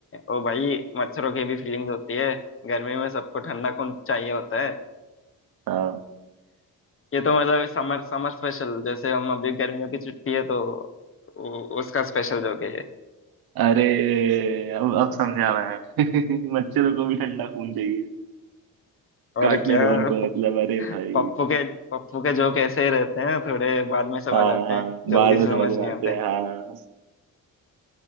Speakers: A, on the left; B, on the right.
A: ओ भाई मच्छरों की भी फीलिंग्स होती है गर्मी में सबको ठंडा खून चाहिए होता है
B: हाँ।
A: ये तो मतलब समर समर स्पेशल जैसे हम अभी गर्मियों की छुट्टी है तो उ- उसका स्पेशल जोक है ये
B: अरे अब अब समझा मैं <laughs> मच्छरों को भी ठंडा खून चाहिए
A: और
B: काटने
A: क्या
B: दो उनको
A: प-
B: मतलब अरे भाई
A: पप्पू के पप्पू के जोक ऐसे ही रहते हैं थोड़े बाद में समझ
B: हाँ
A: आते
B: हाँ
A: हैं जल्दी
B: बाद में
A: से
B: समझ
A: समझ
B: में
A: नहीं
B: आते
A: आते
B: हैं हाँ